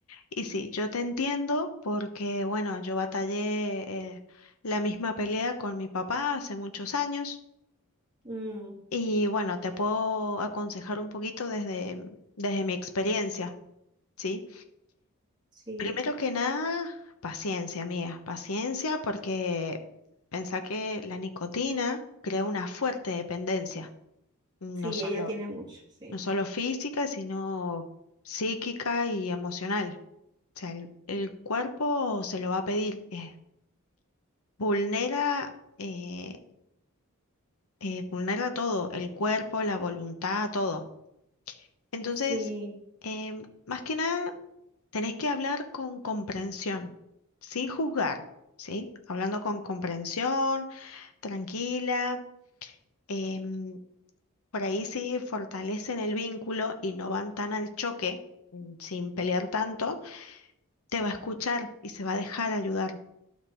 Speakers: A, on the left; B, on the right.
A: y sí, yo te entiendo porque, bueno, yo batallé eh, la misma pelea con mi papá hace muchos años
B: Mm,
A: y, bueno, te puedo aconsejar un poquito desde, desde mi experiencia, ¿sí?
B: sí.
A: Primero que nada, paciencia, amiga, paciencia porque pensá que la nicotina crea una fuerte dependencia, no
B: Sí,
A: solo,
B: ella tiene mucho, sí.
A: no solo física, sino psíquica y emocional. O sea, el, el cuerpo se lo va a pedir, eh, vulnera, eh, eh, vulnera todo, el cuerpo, la voluntad, todo. Entonces,
B: Sí,
A: em, más que nada Tenés que hablar con comprensión, sin juzgar, ¿sí? Hablando con comprensión, tranquila. em, por ahí sí fortalecen el vínculo y no van tan al choque, mm, sin pelear tanto, te va a escuchar y se va a dejar ayudar,